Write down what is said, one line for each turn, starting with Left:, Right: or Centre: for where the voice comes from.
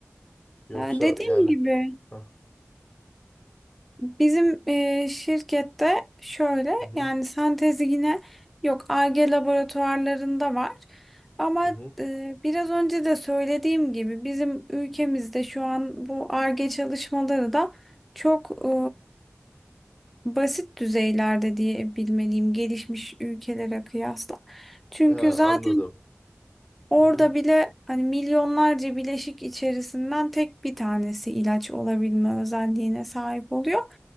Left: Yoksa
Centre: Ee, Dediğim
Left: yani
Centre: gibi
Left: ha,
Centre: bizim e, şirkette şöyle
Left: hı hı,
Centre: yani sentezi yine yok Ar-Ge laboratuvarlarında var. Ama
Left: hı hı.
Centre: e, biraz önce de söylediğim gibi bizim ülkemizde şu an bu Ar-Ge çalışmaları da çok e, basit düzeylerde diye bilmeliyim gelişmiş ülkelere kıyasla. Çünkü
Left: Ha,
Centre: zaten
Left: anladım.
Centre: Orada
Left: Hı hı,
Centre: bile hani milyonlarca bileşik içerisinden tek bir tanesi ilaç olabilme özelliğine sahip oluyor.